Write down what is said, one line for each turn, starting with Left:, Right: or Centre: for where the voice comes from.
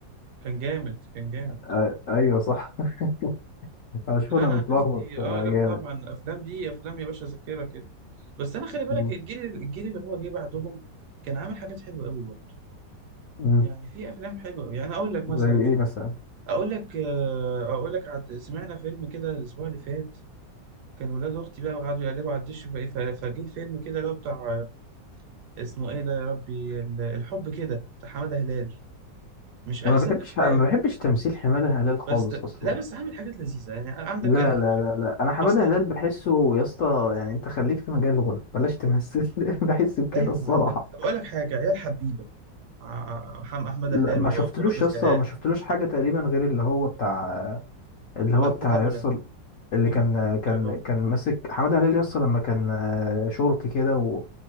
Right: كان جامد كان جامد
Left: آه، ايوه صح <laughs> اشوف
Right: لا
Left: انا
Right: انا
Left: متلخبط
Right: عن نفسي
Left: آه،
Right: اه لا
Left: جامد
Right: طبعا افلام دي افلام يا باشا ذاكره كده بس انا خلي بالك
Left: مم.
Right: الجيل الجيل اللي هو جه بعدهم كان عامل حاجات حلوه قوي برضه
Left: مم.
Right: يعني في افلام حلوه يعني اقول لك
Left: زي
Right: مثلا في
Left: ايه مثلا
Right: اقول لك آه، اقول لك عد... سمعنا فيلم كده الاسبوع اللي فات كان ولاد اختي بقى وقعدوا يقلبوا على الدش فايه ف- فجه فيلم كده اللي هو بتاع آه، اسمه ايه ده يا ربي ال- الحب كده بتاع حماده هلال مش احسن
Left: ما بحبش
Right: افلامه
Left: ما بحبش تمثيل حماده هلال خالص
Right: بس
Left: اصلا
Right: لا بس عامل حاجات لذيذه يعني عندك
Left: لا
Right: انا اكتشفت-
Left: لا لا لا انا حماده
Right: بصيت
Left: هلال بحسه يا اسطى يعني انت خليك في مجال الغنى بلاش تمثل <laughs> بحس بكده
Right: لا يا معلم
Left: الصراحه
Right: طب اقول لك حاجه عيال حبيبه ع- محمد احمد
Left: لا
Right: هلال
Left: ما
Right: و-
Left: شفتلوش
Right: ورامز
Left: يا اسطى
Right: جلال
Left: ما شفتلوش حاجه تقريبا غير اللي هو بتاع اللي
Right: وامن
Left: هو بتاع
Right: دوله
Left: يا اسطى
Right: إيه
Left: اللي
Right: يا
Left: كان
Right: جدع مش الدرجات
Left: كان
Right: دي.
Left: كان ماسك حماده هلال يا اسطى لما كان آه، شرطي كده و...